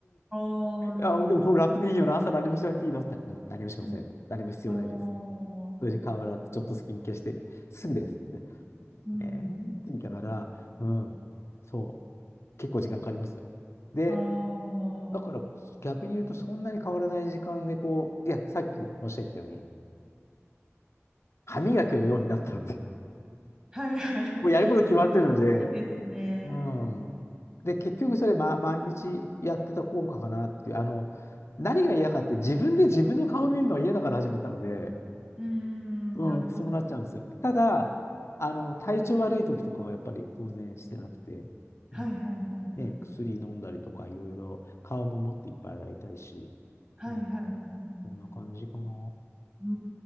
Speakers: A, on the right; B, on the left.
A: ああ、なるほど。
B: あ、でもこれ楽でいいよな。朝何もしなくていいのって言ったら、うん、何もしません。
A: う
B: 何も必要ないです。
A: ん。ああ、
B: それに顔洗って、ちょっとスキンケアして、すぐですって。
A: うん。
B: えーって言いながら、うん、そう。結構時間かかりますよ。で、
A: ああ、は
B: だから逆に言うとそんなに変わらない時間でこう、いや、さっき申し上げたように、歯磨きのようになったので
A: いはい。
B: <laughs>
A: <laughs> す
B: もうやること決まってるので、
A: ごいですね。
B: うん。で、結局それ、ま、毎日やってた効果かなっていう、あの、何が嫌かって自分で自分の顔を見るのは嫌だから始めたので、
A: うーん。
B: うん、
A: なるほど。
B: そうなっちゃうんですよ。ただ、あの、体調悪い時とかはやっぱり当然してなくて、
A: はいはいはい。
B: うん。ね、薬飲んだりとかいろいろ、顔ももっといっぱい洗いたいし、
A: はいはいはいはい。
B: うん。そんな感じかな。
A: うー